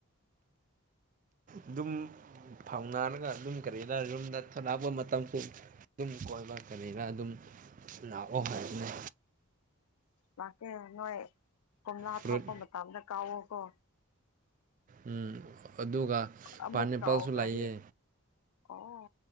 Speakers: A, on the right; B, on the left.
A: ꯑꯗꯨꯝ ꯐꯥꯎꯅꯔꯒ ꯑꯗꯨꯝ ꯀꯔꯤꯗ ꯌꯨꯝꯗ ꯊꯂꯛꯄ ꯃꯇꯝꯁꯨ ꯑꯗꯨꯝ ꯀꯣꯏꯕ ꯀꯔꯤꯔ ꯑꯗꯨꯝ ꯂꯥꯛꯑꯣ ꯍꯥꯏꯕꯅꯦ
B: ꯂꯥꯛꯀꯦ ꯅꯣꯏ ꯀꯣꯝꯂꯥ
A: ꯐ꯭ꯔꯨꯠ
B: ꯊꯣꯛꯄ ꯃꯇꯝꯗ ꯀꯥꯎꯋꯀꯣ
A: ꯎꯝ ꯑꯗꯨꯒ
B: ꯑꯃꯨꯛ
A: ꯄꯥꯟꯅꯦꯄꯥꯜꯁꯨ
B: ꯀꯥꯎꯈ꯭ꯔꯗꯤ
A: ꯂꯩꯌꯦ
B: ꯑꯣ